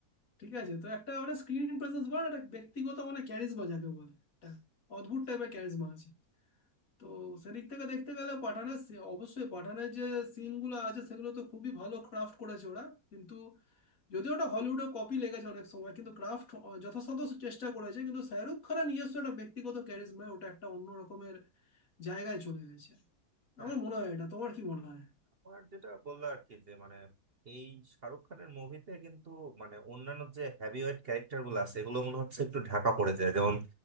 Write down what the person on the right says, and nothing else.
হ্যাঁ
আমার যেটা বললো আর কি যে মানে এই শাহরুখ খানের মুভিতে কিন্তু মানে অন্যান্য যে হ্যাভিওয়েট ক্যারেক্টার গুলো আছে এগুলো মনে হচ্ছে একটু ঢাকা পড়ে যায় যেমন